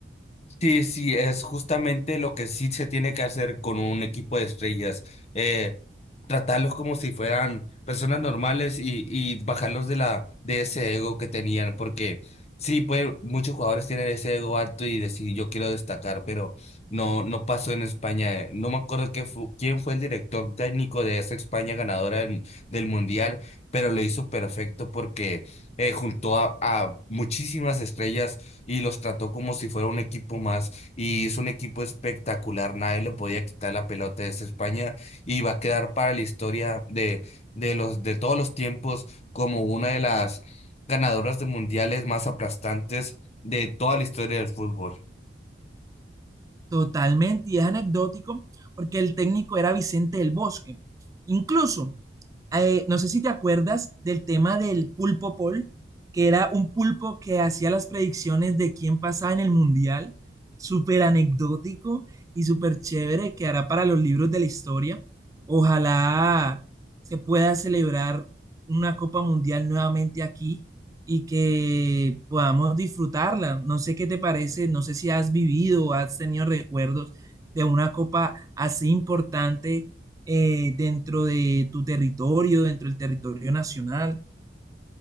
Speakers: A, on the left; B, on the right.
A: Sí, sí, es justamente lo que sí se tiene que hacer con un equipo de estrellas. Eh, tratarlos como si fueran personas normales y, y bajarlos de la, de ese ego que tenían, porque sí, pues muchos jugadores tienen ese ego alto y decir yo quiero destacar, pero no, no pasó en España. eh. No me acuerdo qué fu- quién fue el director técnico de esa España ganadora del, del Mundial, pero lo hizo perfecto porque eh, juntó a, a muchísimas estrellas y los trató como si fuera un equipo más y hizo un equipo espectacular. Nadie le podía quitar la pelota de esa España y va a quedar para la historia de, de los, de todos los tiempos como una de las ganadoras de mundiales más aplastantes de toda la historia del fútbol.
B: Totalmente, y es anecdótico porque el técnico era Vicente del Bosque. Incluso, eh, no sé si te acuerdas del tema del pulpo Paul, que era un pulpo que hacía las predicciones de quién pasaba en el mundial, súper anecdótico y súper chévere, que hará para los libros de la historia. Ojalá se pueda celebrar una Copa Mundial nuevamente aquí y que podamos disfrutarla. No sé qué te parece, no sé si has vivido o has tenido recuerdos de una copa así importante eh, dentro de tu territorio, dentro del territorio nacional.